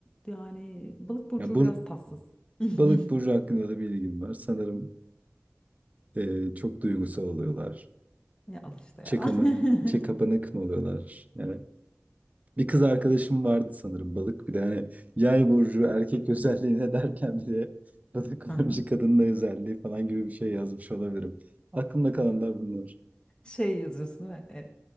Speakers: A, on the left (about 20°); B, on the right (about 30°).
A: yani balık burcu
B: Ya bu
A: biraz tatsız. <laughs>
B: balık burcu hakkında da bilgim var. Sanırım eee, çok duygusal oluyorlar.
A: Ya al işte
B: İçe,
A: ya.
B: kama,
A: <laughs>
B: içe kapanık mı oluyorlar? Yani bir kız arkadaşım vardı sanırım balık. Bir de hani yay burcu erkek özelliğine derken bir de <laughs> balık
A: Hı
B: burcu kadının özelliği falan gibi bir şey yazmış olabilirim. Aklımda kalanlar bunlar.
A: Şey yazıyorsun değil mi? E,